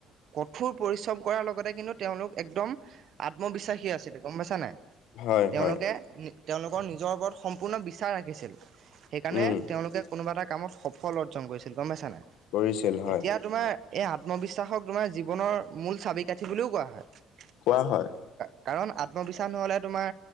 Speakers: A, on the right; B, on the left.
A: কঠোৰ পৰিশ্ৰম কৰাৰ লগতে কিন্তু তেওঁলোক একদম আত্মবিশ্বাসী আছিলে গম পাইছা নাই,
B: হয়
A: তেওঁলোকে
B: হয়
A: তেওঁলোকৰ নিজৰ ওপৰত সম ম্পৰ্ণ বিশ্বাস ৰাখিছিল সেইকাৰণে
B: উম
A: তেওঁলোকে কোনোবা এটা কামত সফল অৰ্জন কৰিছিল গম পাইছা নাই।
B: কৰিছিল হয়।
A: এতিয়া তোমাৰ এই আত্মবিশ্বাসক তোমাৰ জীৱনৰ মূল চাবি কাঠি বুলিও কোৱা হয়।
B: কোৱা হয়।
A: কাৰণ আত্মবিশ্বাস নহ'লে তোমাৰ